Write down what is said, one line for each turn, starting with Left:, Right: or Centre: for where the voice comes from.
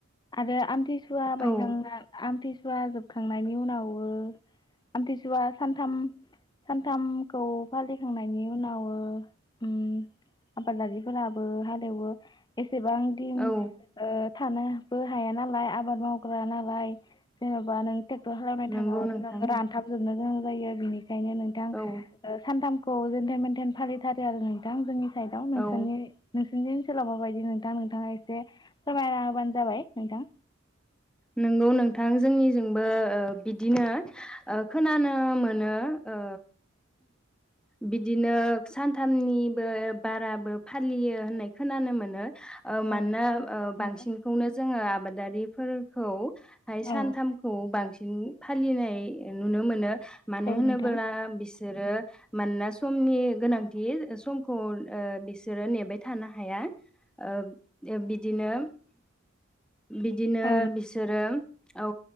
Left: आरो आमथिसुवा बायखांना
Centre: औ
Left: आमथि सुवा जोबखांनायनि उनावबो आमथिसुवा सानथाम सानथामखौ फालिखांनायनि उनाव ओ उम आबादारिफोराबो हालेवो एसेबां दिन
Centre: औ
Left: ओ थानो बो हाया नालाय आबाद मावग्रा नालाय जेन'बा नों ट्रेक्टर खालामनाय
Centre: नंगौ
Left: थाङाबाथ'
Centre: नोंथां
Left: नों रानथाबजोबनो मोजां जायो बिनि बेखायनो नोंथां
Centre: औ
Left: ओ सानथाम खौ जेनथेन मेनथेन फालिथारो आरो नोंथां जोंनि साइदाव नोंसोरनि
Centre: औ
Left: नोंसोरनि ओनसोलाव माबायदि नोंथां नोंथांङा एसे फोरमायना होबानो जाबाय नोंथां
Centre: नंगौ नोंथां जोंनिजोंबो ओ बिदिनो ओ खोनानो मोनो ओ बिदिनो सानथामनिबो बाराबो फालियो होननाय खोनानो मोनो ओ मानोना
Left: औ नोंथां
Centre: ओ
Left: नंगौ
Centre: बांसिनखौनो जोङो आबाद दारिफोर खौ हाय
Left: औ
Centre: सानथामखौ बांसिन फालिनाय नुनो मोनो मानो
Left: औ
Centre: होनोब्ला
Left: नोंथां
Centre: बि बिसोरो मानोना समनि गोनांथि समखौ ओ बिसोरो नेबाय थानो हाया ओ बिदिनो बिदिनो
Left: औ
Centre: बिसो बिसोरो औ